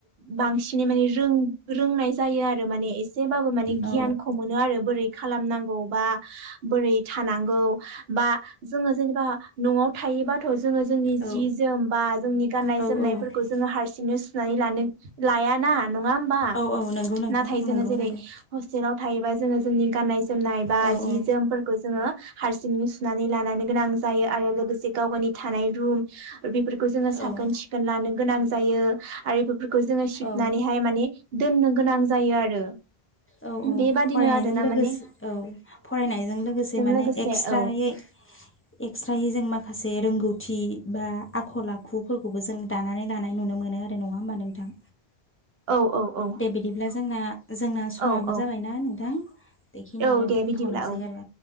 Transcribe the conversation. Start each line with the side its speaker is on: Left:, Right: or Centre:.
Right: बांसिन बिनि माने रों रोंनाय जायो आरो माने एसेबाबो माने
Left: औ
Right: गियानखौ मोनो आरो बोरै खालामनांगौ। बा बोरै थानांगौ बा जोङो जेनेबा न'आव थायोबाथ' जोङो। जोंनि
Left: औ
Right: जि जोम बा जोंनि गाननाय-जोमनायफोरखौ
Left: औ औ
Right: जोङो हारसिं दिनो सुनानै लानो लाया ना। नङा होमबा
Left: औ औ नंगौ नोंथां
Right: नाथाय जोङो
Left: नंगौ
Right: जेरै
Left: नंगौ
Right: हस्टेलाव हायोबा जोङो जोंनि गाननाय जोमनाय बा
Left: औ औ
Right: जि जोमफोरखौ जोङो हारसिंनो सुनानै लानानै गोनां जायो आरो लोगोसे गाव-गावनि थानाय। रुम। बेफोरखौ जोङो
Left: औ
Right: साखोन-सिखोन लानो गोनां। जायो। आरो बेफोरखौ जोङो सिबनानैहाय
Left: औ
Right: माने दोननो। गोनां जायो आरो।
Left: औ औ
Right: बेबादिनो
Left: फरायनायजों
Right: आरोना
Left: लोगोस
Right: माने
Left: औ फरायनायजों लोगोसे माने
Right: लोगोसे
Left: एक्सट्रायै
Right: औ
Left: एक्सट्रायै जों माखासे रोंगौ थि बा आखल-आखुफोरखौबो जों दानानै लानाय नुनो मोनो आरो नङा होमबा नोंथां।
Right: औ औ औ
Left: दे बिदिब्ला जोंना जोंना स
Right: औ
Left: बो
Right: औ
Left: जाबायना नों थां। बेखिनियावनो
Right: औ दे
Left: दोनथ'नोसै
Right: बिदिब्ला औ
Left: आरो।